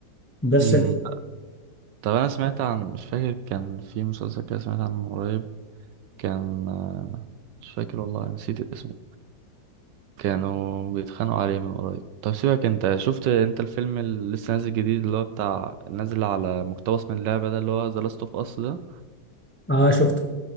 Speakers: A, on the left (about 15°); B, on the right (about 75°).
A: بس
B: امم
A: ال-
B: طب انا سمعت عن مش فاكر كان في مسلسل كده سمعت عنه من قريب كان آه، مش فاكر والله نسيت اسمه كانوا بيتخانقوا عليه من قريب طب سيبك انت شفت انت الفيلم اللي لسه نازل جديد اللي هو بتاع نازل على مقتبس من اللعبة ده اللي هو ذا لاست اوف اس ده
A: اه شفته